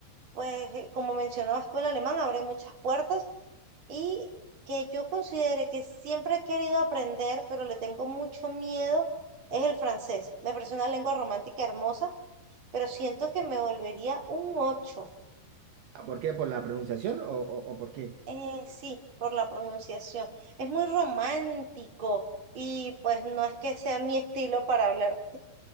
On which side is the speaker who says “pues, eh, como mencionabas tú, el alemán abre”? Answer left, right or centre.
Right